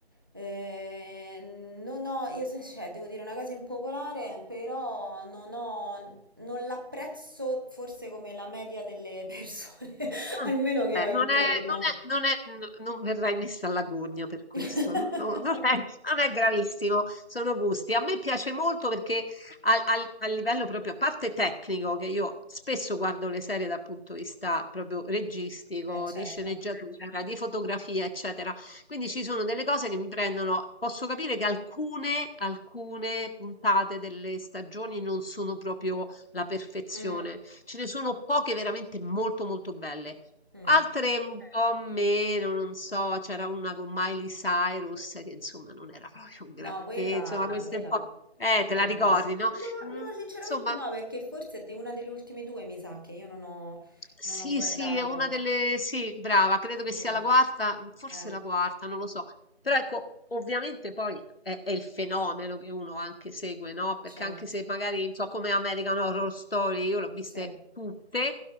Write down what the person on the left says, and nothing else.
Ah,
vabbè,
non è non è non è n non verrai messa alla gogna per questo,
no <laughs> non è non è gravissimo, sono gusti. A me piace molto perché al al a livello proprio a parte tecnico, che io spesso guardo le serie dal punto di vista proprio registico,
di sceneggiatura, di fotografia, eccetera. Quindi ci sono delle cose che mi prendono posso capire che alcune alcune puntate delle stagioni non sono proprio la perfezione.
Ce ne sono poche veramente molto molto belle.
Altre un po' meno, non so, c'era una con Miley Cyrus che insomma non era proprio un granché,
insomma queste
un po'...
Eh,
te la
ricordi,
no?
Mm,
insomma,
Sì,
sì, è una delle... Sì, brava, credo che
sia la quarta, mhmm, forse
la quarta, non lo so. Però ecco, ovviamente poi è, è il fenomeno che uno anche segue, no? Perché
anche se magari, non so, come American Horror Story, io l'ho viste
tutte,